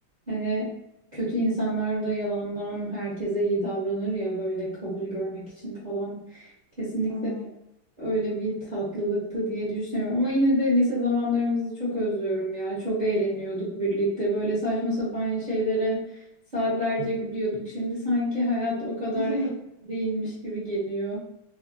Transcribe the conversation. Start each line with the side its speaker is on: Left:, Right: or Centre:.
Right: Hani kötü insanlar da yalandan herkese iyi davranır ya böyle kabul görmek için falan. Kesinlikle
Left: Hı hı.
Right: öyle bir tatlılıktı diye düşünüyorum. Ama yine de lise zamanlarımızı çok özlüyorum ya. Çok eğleniyorduk birlikte. Böyle saçma sapan şeylere saatlerce gülüyorduk. Şimdi sanki hayat o kadar eğlenceli
Left: <laughs>
Right: değilmiş gibi geliyor.